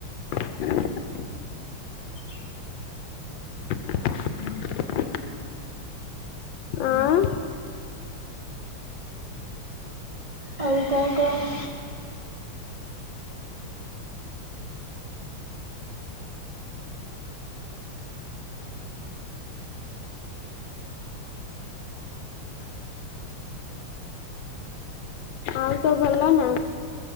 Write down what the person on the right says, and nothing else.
<unintelligible>
ଆଉ କ କହ?